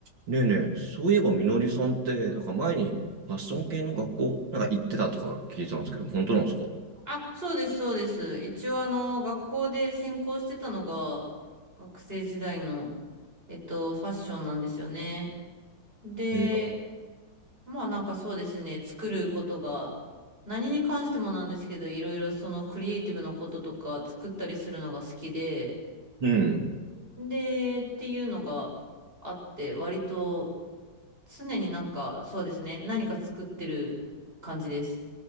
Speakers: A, on the right; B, on the right.
A: ねえねえ、そういえばみのりさんって、なんか前にファッション系の学校、なんか行ってたとか聞いてたんですけど、本当なんですか
B: あ、そうです、そうです。一応、あの、学校で専攻してたのが、学生時代の、えっと、ファッションなんですよね。で、
A: えーなんか
B: まあ、なんかそうですね、作ることが、何に関してもなんですけど、いろいろそのクリエイティブなこととか、作ったりするのが好きで、
A: うん。
B: で、っていうのがあって、割と、常になんか、そうですね、何か作ってる感じです。